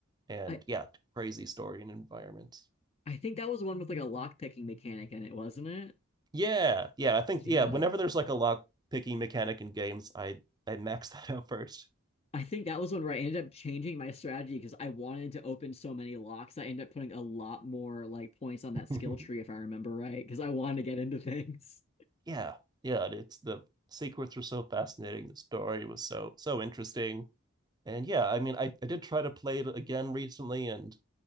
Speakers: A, on the right; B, on the left.
A: and
B: I
A: yeah, crazy story and environments.
B: I think that was the one with like a lock picking mechanic in it, wasn't it?
A: Yeah, yeah, I think
B: Yeah.
A: yeah. Whenever there's like a lock picking mechanic in games, I I max <laughs> that out first.
B: I think that was one where I ended up changing my strategy because I wanted to open so many locks. I ended up putting a lot more like points on
A: <laughs>
B: that skill tree if I remember right, because I wanted to get into things.
A: yeah, yeah. It's the secrets were so fascinating. The story was so so interesting, and yeah, I mean, I I did try to play it again recently, and